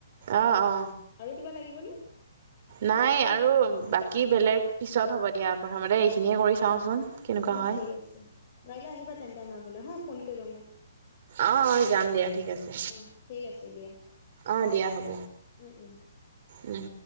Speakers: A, on the right; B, on the left.
A: অ', অ'।
B: আৰু কিবা লাগিবনে?
A: নাই আৰু বাকী বেলেগ পিছত হ'ব দিয়া, প্ৰথমতে এইখিনিয়ে কৰি চাওঁচোন। কেনেকুৱা
B: অ',
A: হয়
B: ঠিক আছে, কাইলৈ আহিবা তেন্তে আমাৰ ঘৰলে হা ফোন কৰিবা মোক।
A: অ', অ', যাম দিয়া ঠিক আছে।
B: অ ঠিক আছে দিয়া
A: অ', দিয়া হ'ব
B: উম উম।
A: উম।